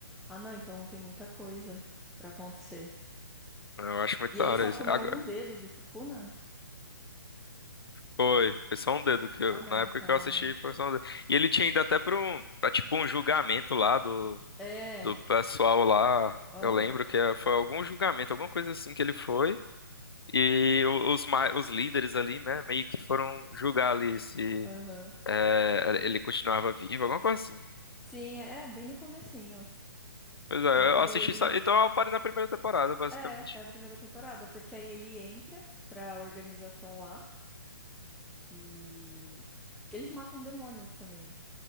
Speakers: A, in the centre; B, on the left.
A: Ah, não, então tem muita coisa pra acontecer.
B: Eu acho muito
A: E
B: da
A: ele
B: hora
A: só
B: isso.
A: comeu
B: Agora,
A: um dedo do Sukuna?
B: foi, foi só um dedo que eu,
A: Ah, não,
B: na
A: então.
B: época que eu assisti, foi só um dedo. E ele tinha ido até pra um, pra, tipo um julgamento lá do,
A: É,
B: do pessoal lá.
A: aham,
B: Eu lembro que é, foi algum julgamento, alguma coisa assim que ele foi. E o- os, ma- os líderes ali, né, meio que foram julgar ali se
A: aham.
B: é, ele continuava vivo, alguma coisa assim.
A: Sim, é, é bem no comecinho.
B: Pois é,
A: Só que
B: eu
A: aí
B: assisti
A: ele.
B: só. Então eu parei na primeira temporada, basicamente.
A: É, é a primeira temporada, porque aí ele entra pra organização lá, que. Eles matam demônios também.